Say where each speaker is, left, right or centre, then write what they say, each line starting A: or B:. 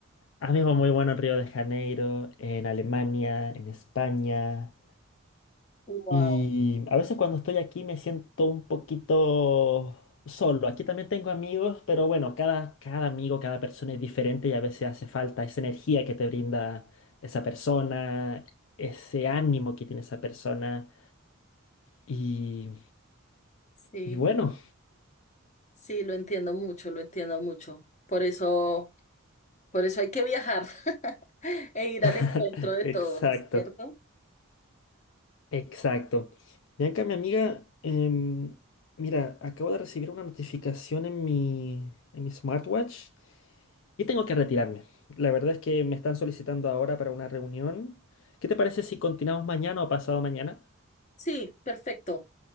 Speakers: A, on the left (about 60°); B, on the left (about 30°).
A: amigos muy buenos en Río de Janeiro, en Alemania, en España.
B: Wow.
A: Y a veces cuando estoy aquí me siento un poquito solo. Aquí también tengo amigos, pero bueno, cada, cada amigo, cada persona es diferente y a veces hace falta esa energía que te brinda esa persona, ese ánimo que tiene esa persona. Y,
B: Sí,
A: y bueno,
B: sí, lo entiendo mucho, lo entiendo mucho. Por eso, por eso hay que viajar <laughs> e ir
A: <laughs>
B: al encuentro de
A: exacto.
B: todos, ¿cierto?
A: Exacto. Bianca, mi amiga, em, mira, acabo de recibir una notificación en mi, en mi smartwatch y tengo que retirarme. La verdad es que me están solicitando ahora para una reunión. ¿Qué te parece si continuamos mañana o pasado mañana?
B: Sí, perfecto.